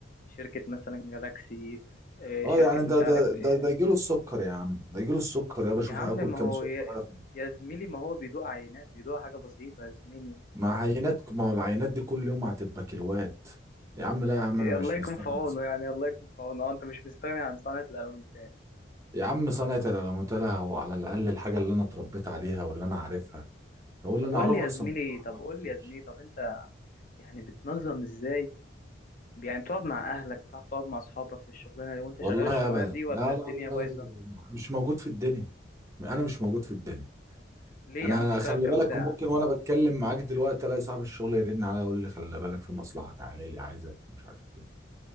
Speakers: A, on the left (about 45°); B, on the right (about 15°).
A: شركة مثلا جالاكسي آه،
B: اه
A: شركة
B: يعني
A: مش
B: ده ده
A: عارف
B: ده
A: ايه
B: ده يجيله السكر يا عم ده يجيله السكر يا بشوف
A: يا عم
B: هاكل
A: ما
B: كام
A: هو
B: سكر
A: يا, يا زميلي ما هو بيدوق عينات بيدوق حاجة بسيطة يا زميلي
B: مع عينات ما هو العينات دي كل يوم هتبقى كيلوات يا عم لا يا عم انا مش
A: الله يكون
B: مستغني
A: في عونه يعني الله يكون في عونه آه، انت مش مستغني عن صنعة الألمنتات
B: يا عم صنعة العلامات لها هو على الاقل الحاجه اللي انا اتربيت عليها واللي انا عارفها فاقول
A: طب
B: اللي انا
A: قول
B: اعرفه
A: لي يا
B: احسن
A: زميلي
B: من اللي
A: طب
B: أنا ما اعرفوش
A: قول لي يا زميلي طب انت يعني بتنظم ازاي يعني بتقعد مع اهلك بتعرف تقعد مع اصحابك في الشغلانة دي وانت
B: والله
A: شغال الشغلانة
B: ابدا
A: دي ولا
B: لا
A: الدنيا
B: لا لا
A: بايظة
B: لا مش موجود في الدنيا انا مش موجود في الدنيا
A: ليه
B: انا
A: يا عم تشتغل
B: خلي
A: كام
B: بالك
A: ساعة
B: ممكن وانا بتكلم معاك دلوقتي الاقي صاحب الشغل يرن عليا يقول لي خلي بالك في مصلحه تعالى لي عايزك مش عارف إيه.